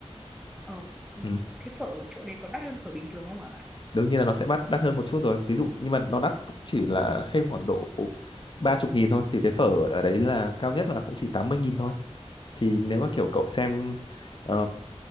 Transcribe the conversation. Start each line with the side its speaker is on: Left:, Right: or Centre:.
Centre: Ờ, ừ,
Left: ừ.
Centre: thế phở ở chỗ đấy có đắt hơn phở bình thường không hả
Left: đương nhiên là nó sẽ bắt đắt hơn một chút rồi ví dụ nhưng mà nó đắt cũng chỉ là thêm khoảng độ ba chục nghìn thôi thì cái phở ở đấy là cao nhất là cũng chỉ tám mươi nghìn thôi thì nếu mà kiểu cậu xem ờ,